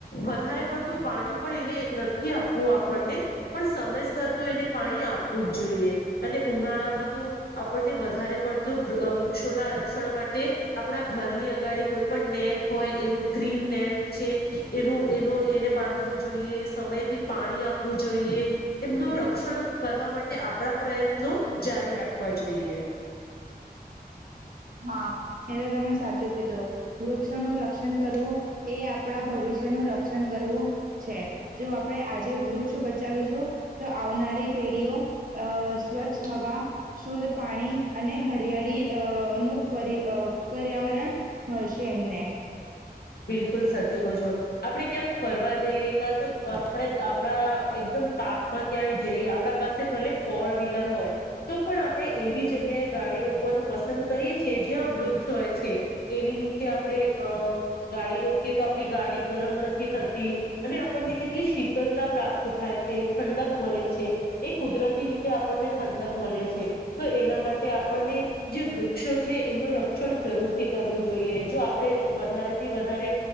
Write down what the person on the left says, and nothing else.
વધારે પડતું પાણી પણ એને નથી આપવું આપણને પણ સમયસર તો એને પાણી આપવું જ જોઈએ અને ઉનાળામાં તો આપણને વધારે પડતું વૃક્ષોના રક્ષણ માટે આપણા ઘરની અગાડી કોઈ પણ નેટ હોય એવું ગ્રીન નેટ છે એનું એનું એને બાંધવું જોઈએ સમય પાણી આપવું જોઈએ. એમનું રક્ષણ કરવા માટે આપડા પ્રયત્નો જારી રાખ રાખવા જોઈએ.
બિલકુલ સાચું કોછો. આપડે ક્યાંક ફરવા જઈએ કા તો આપડે આપડા એકદમ તાપમાં ક્યાંય જઈએ. આપડા પાસે ભલે ફોર વ્હીલર હોય તો પણ આપડે એવી જગ્યાએ ગાડી રોકવાનું પસંદ કરીએ છીએ જ્યાં વૃક્ષ હોય છે. એની નીચે આપડે અ ગાડી રોકીએ તો આપડી ગાડી ગરમ નથી થતી. અને આપડને કેટલી શીતલતા પ્રાપ્ત થાય છે. ઠંડક મલે છે. એ કુદરતી રીતે આપડને ઠંડક મલે છે. તો એના માટે આપડને જે વૃક્ષો છે એમનું રક્ષણ જરૂરથી કરવું જોઈએ. જો આપડે વધારે વધારે